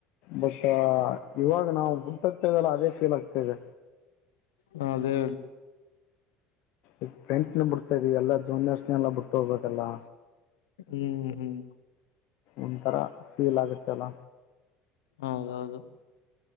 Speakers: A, on the left (about 60°); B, on the left (about 80°).
A: ಬಟ್ ಇವಾಗ ನಾವು ಮುತತ್ತೆದೆಲ್ಲ ಅದೇ ಫೀಲ್ ಆಗ್ತದೆ
B: ಹ ಅದೇ
A: ಈ ಫ್ರೆಂಡ್ಸ್ನ ಬಿಡ್ತಾ ಇದವಿ ಎಲ್ಲಾ ಜೂನಿಯರ್ಸ್ನ ಎಲ್ಲ ಬಿಟ್ಟ ಹೋಗಬೇಕಲ್ಲಾ
B: ಹ್ಮ್ ಹ್ಮ್
A: ಒಂಥರ ಫೀಲ್ ಆಗುತ್ತೆ ಅಲ್ಲ
B: ಹೌದಹೌದ